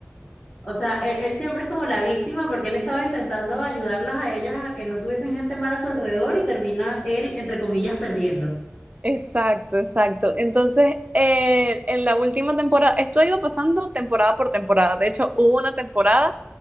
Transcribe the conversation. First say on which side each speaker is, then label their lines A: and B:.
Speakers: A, on the left (about 35°); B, on the right (about 35°).
A: O sea, él, él siempre es como la víctima porque él estaba intentando ayudarlas a ellas a que no tuviesen gente mala a su alrededor y termina él, entre comillas, perdiendo.
B: Exacto, exacto. Entonces, eh, en la última temporada, esto ha ido pasando temporada por temporada. De hecho, hubo una temporada